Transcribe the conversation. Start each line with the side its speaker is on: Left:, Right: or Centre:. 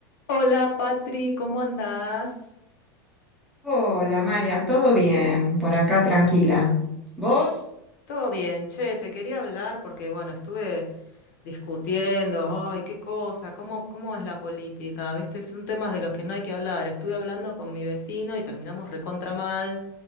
Left: Hola Patri, ¿cómo andás?
Centre: Hola, Marian, ¿todo bien? Por acá tranquila. ¿Vos?
Left: Todo bien, che, te quería hablar porque, bueno, estuve discutiendo, ay, qué cosa, cómo, cómo es la política, ¿viste? Son temas de los que no hay que hablar. Estuve hablando con mi vecino y terminamos recontra mal